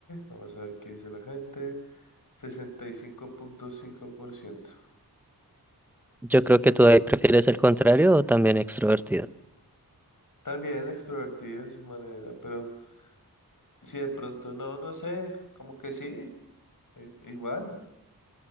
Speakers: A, on the left; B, in the centre.
A: vamos a ver qué dice la gente. sesenta y cinco cinco punto cinco por ciento,
B: Yo creo que tú ahí prefieres el contrario o también extrovertido.
A: También extrovertido de su manera, pero si de pronto no, no sé, como que sí, i- igual,